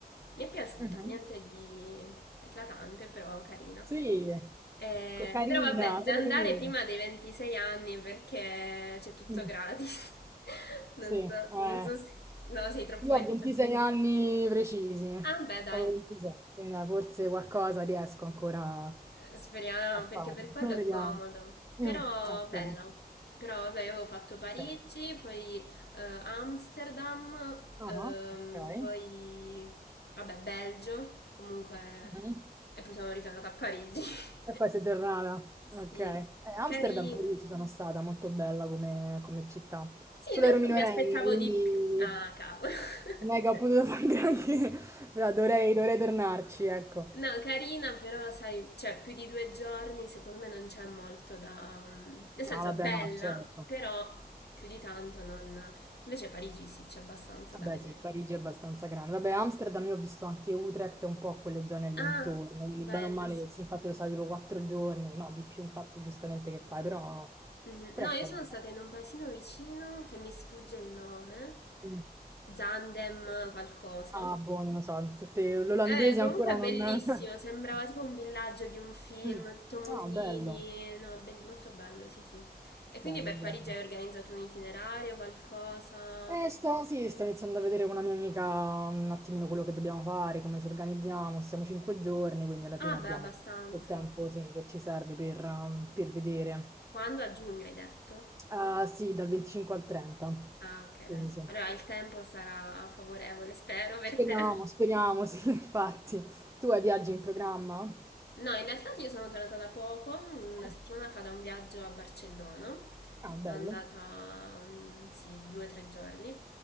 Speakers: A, on the left; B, on the right.
A: mi è piaciuta,
B: Mhm.
A: niente di eclatante, però carina.
B: Sì,
A: Eh,
B: co- carina,
A: però vabbè, da
B: solo
A: andare
B: carina.
A: prima dei 26 anni perché c'è tutto
B: Mm.
A: gratis. <laughs> Non
B: Sì,
A: so,
B: eh.
A: non so se... No, sei troppo
B: Io
A: indietro.
B: ho 26 anni precisi,
A: Ah, beh, dai.
B: proprio 26, quindi dai, forse qualcosa riesco ancora
A: Eh, Speriamo,
B: a
A: perché
B: fare.
A: per
B: <laughs>
A: quello è
B: Vediamo.
A: comodo. Però
B: Mm, ok,
A: bella. Però vabbè, io avevo fatto Parigi,
B: ok.
A: poi eh, Amsterdam,
B: Ah,
A: ehm,
B: ok.
A: poi vabbè, Belgio, comunque
B: Mhm.
A: e poi sono ritornata a Parigi. <laughs>
B: E poi sei tornata.
A: Sì,
B: Ok. Eh, Amsterdam
A: carina.
B: pure io ci sono stata, molto bella come, come città.
A: Sì,
B: Solo
A: in realtà
B: ero minorenne,
A: mi aspettavo
B: quindi
A: di più. Ah, cavolo. <laughs>
B: non è che ho potuto <laughs> fare granché, però dovrei, dovrei tornarci, ecco.
A: No, carina, però sai, cioè più di due giorni secondo me non c'è molto da... mm, Nel senso,
B: Ah, vabbè,
A: è bella,
B: no, certo.
A: però più di tanto non... Invece a Parigi sì, c'è abbastanza da
B: Beh
A: vedere.
B: sì, Parigi è abbastanza grande. Vabbè, Amsterdam io ho visto anche Utrecht e un po' quelle zone lì
A: Ah,
B: intorno, quindi
A: bello,
B: bene o male,
A: sì.
B: sì, infatti lo sa tipo quattro giorni, no, di più infatti giustamente che fai, però,
A: Mhm.
B: però
A: No,
B: è
A: io
B: carino.
A: sono stata in un paesino vicino che mi sfugge il nome,
B: Mm.
A: Zandem qualcosa.
B: Ah, boh, non lo so, tutte- l'olandese
A: Eh, comunque
B: ancora
A: è
B: non...
A: bellissimo,
B: <laughs>
A: sembrava tipo un villaggio di un film,
B: Mm.
A: tutto mulini,
B: Ah, bello,
A: no, be- molto bello, sì, sì. E quindi
B: bello,
A: per
B: bello.
A: Parigi hai organizzato un itinerario, qualcosa?
B: Eh, sto, sì, sto iniziando a vedere con una mia amica un attimino quello che dobbiamo fare, come ci organizziamo, stiamo cinque giorni, quindi alla fine
A: Ah,
B: abbiamo
A: beh, abbastanza.
B: tutto il tempo, sì, che ci serve per, um, per vedere.
A: Quando? A giugno hai detto?
B: Ah, sì, dal 25 al 30.
A: Ah, ok,
B: Quindi
A: dai.
B: sì.
A: Allora il tempo sarà favorevole, spero, per
B: Speriamo,
A: te.
B: speriamo, <laughs> sì, infatti. Tu hai viaggi in programma?
A: No, in realtà io sono tornata da poco, una
B: Oh,
A: settimana fa da un viaggio a Barcellona.
B: ah, bello.
A: Sono andata, mm, sì, due o tre giorni.